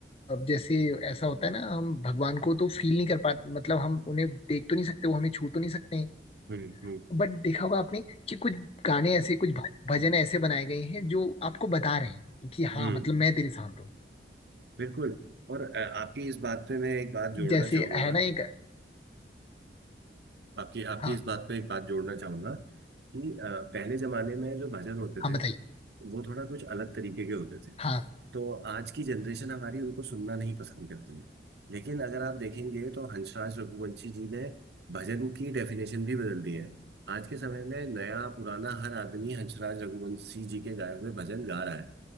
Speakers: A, on the left; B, on the right.
A: अब जैसे ऐसा होता है ना हम भगवान को तो फील नहीं कर पाते मतलब हम उन्हें देख तो नहीं सकते वो हमें छू तो नहीं सकते हैं।
B: हम्म हम्म
A: बट देखा होगा आपने कि कुछ गाने ऐसे कुछ भ- भजन ऐसे बनाए गए हैं जो आपको बता रहे हैं कि
B: हम्म
A: हाँ मतलब मैं तेरे साथ हूँ
B: बिल्कुल और अ, आपकी इस बात पे मैं एक बात जोड़ना
A: जैसे
B: चाहूंगा
A: है ना एक
B: आपकी आपकी
A: हाँ
B: इस बात पे एक बात जोड़ना चाहूंगा कि अ, पहले जमाने में जो भजन होते
A: हाँ
B: थे
A: बताइए
B: वो थोड़ा कुछ अलग तरीके के होते थे
A: हाँ
B: तो आज की जनरेशन हमारी उनको सुनना नहीं पसंद करती है लेकिन अगर आप देखेंगे तो हंसराज रघुवंशी जी ने भजन की डेफिनेशन भी बदल दी है आज के समय में नया पुराना हर आदमी हंसराज रघुवंशी जी के गाए हुए भजन गा रहा है